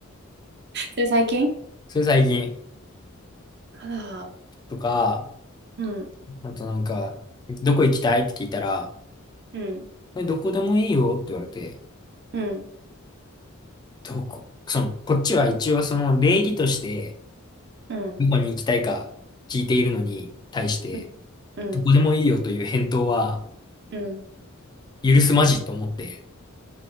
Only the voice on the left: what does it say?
<laughs> それ最近。
とか、
あとなんか、どこ行きたいって聞いたら、
えどこでもいいよって言われて、
どこ、その、こっちは一応その礼儀として、
どこに行きたいか聞いているのに対して、
どこでもいいよという返答は
許すまじと思って、